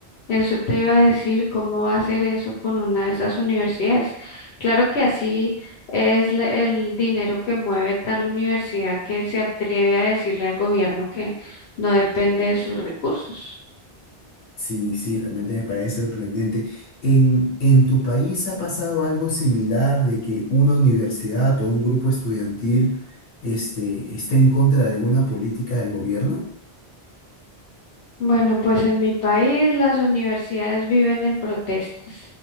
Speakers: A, on the left; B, on the left.
A: eso te iba a decir, ¿cómo va a hacer eso con una de esas universidades? Claro que así es la- el dinero que mueve tal universidad que se atreve a decirle al gobierno que no depende de sus recursos.
B: Sí, sí, realmente me parece sorprendente. ¿En, en tu país ha pasado algo similar de que una universidad o un grupo estudiantil este, esté en contra de alguna política del gobierno?
A: Bueno, pues en mi país las universidades viven en protestas.